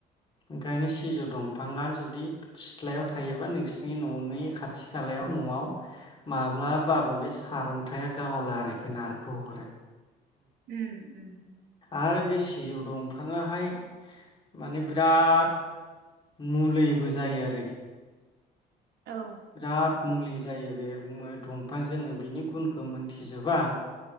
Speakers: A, on the left; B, on the right.
A: ओंखायनो सिजौ दंफाङा जुदि सिथ्लायाव थायोबा नोंसोरनि न'नि खाथि खालायाव न'आव माब्लाबाबो बे सारन्थाया गावला आरोखि नारखोहरो
B: उम उम
A: आरो बे सिजौ दंफां हाय माने बिराद मुलिबो जायो
B: औ ओ
A: बिराद मुलि जायो बे मोद दंफां जोङो बिनि गुनखौ मोनथिजोबा